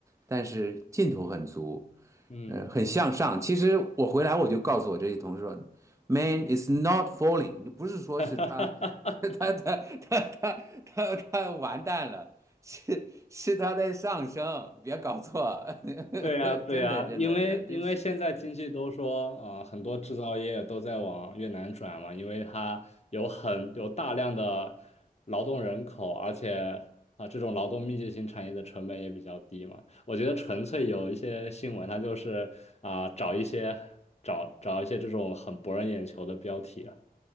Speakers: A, on the right; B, on the left.
A: 但是劲头很足，
B: 嗯。
A: 呃，很向上。其实我回来我就告诉我这些同事说，Man is not falling，就不是说是他，
B: <laughs>
A: <laughs> 是他他他他他他完蛋了，是是他在上升，别搞错，<laughs>
B: 对呀，对呀，
A: 真的真的这这是。
B: 因为因为现在经济都说，啊、很多制造业都在往越南转嘛，因为它有很有大量的劳动人口，而且啊、这种劳动密集型产业的成本也比较低嘛。我觉得纯粹有一些新闻，它就是啊、找一些找找一些这种很博人眼球的标题啊。